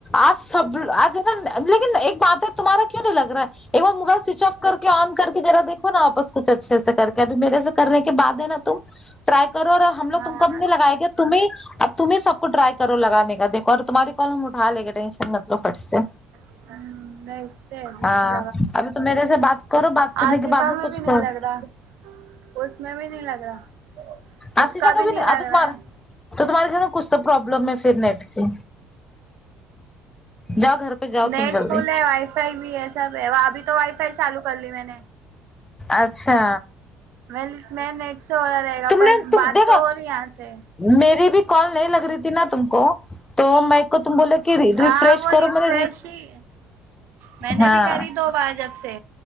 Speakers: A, on the left (about 15°); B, on the right (about 55°).
A: آج سب آج ہے نا لیکن ایک بات ہے تمہارے کیوں نہیں لگ رہا ہے ایک بار موبائل سوئچ آف کر کے ان کر کے ذرا دیکھو نا آپس کچھ اچھے سے کر کے ابھی میرے سے کرنے کے بعد میں نا تم ٹرائی کرو ہم لوگ
B: ہاں
A: تم کب نے لگائے گے تمہیں اب تمہیں سب کو ٹرائی کرو لگانے کا ایک اور تمہاری کالم اٹھا لے گے ٹینشن مت فٹ سے
B: دیکھتے ہوں دیکھتے ہیں ابھی
A: ہاں ابھی تو میرے سے بات کرو بات کرنے
B: آج
A: کے
B: صبح
A: بعد
B: میں
A: کچھ
B: بھی نہیں
A: کرو
B: لگ رہا اس میں بھی نہیں لگ رہا
A: آصفیہ
B: اس
A: کا بھی
B: نہیں لگ
A: ادک
B: رہا
A: مار
B: ہوں
A: تو تمہارے گھر میں کچھ تو پرابلم ہے پھر نیٹ کی جاؤ گھر پہ جاؤ
B: نیٹ
A: تم جلدی
B: فل ہے وائی فائی بھی ہے سب ہے وہ ابھی تو وائی فائی چالو کر لی میں نے
A: اچھا
B: میں میں نیٹ سے ہو رہ رہے گا
A: تم
B: پر
A: نے تم
B: بات
A: دیکھو
B: تو ہو رہی یہاں سے
A: میری بھی کال نہیں لگ رہی تھی نا تم کو تو میں کو تم بولے کہ ریفریش
B: ہاں وہ
A: کرو
B: ریفریش
A: میں نے
B: ہی میں نے
A: ہاں
B: بھی کری دو بار جب سے